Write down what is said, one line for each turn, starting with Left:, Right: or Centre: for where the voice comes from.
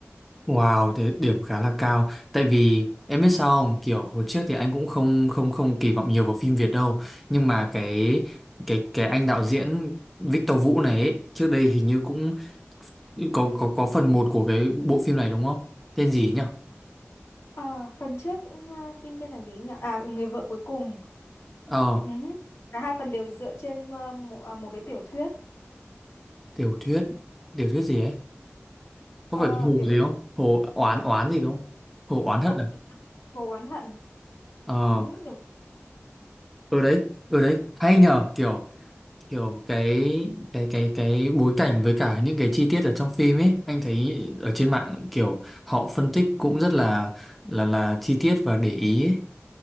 Centre: Wow, thế điểm khá là cao. Tại vì em biết sao không, kiểu hồi trước thì anh cũng không không không kỳ vọng nhiều vào phim Việt đâu, nhưng mà cái cái cái anh đạo diễn Victor Vũ này ấy, trước đây hình như cũng có có có phần một của cái bộ phim này đúng không? Tên gì nhỉ?
Left: à, phần trước à, phim tên là gì nhỉ à người vợ cuối cùng
Centre: Ờ,
Left: uh Cả hai phần đều dựa trên à, một, à, một cái tiểu thuyết
Centre: tiểu thuyết, tiểu thuyết gì ấy? Có
Left: Ờ,
Centre: phải cái hồ
Left: tiểu
Centre: gì không? Hồ oán oán gì đúng không? Hồ oán hận à?
Left: thuyết Vụ oán hận.
Centre: Ờ,
Left: Ừ, đúng.
Centre: ở đấy, ở đấy, hay nhờ, kiểu kiểu cái cái cái cái bối cảnh với cả những cái chi tiết ở trong phim ấy, anh thấy ở trên mạng kiểu họ phân tích cũng rất là là là chi tiết và để ý ấy.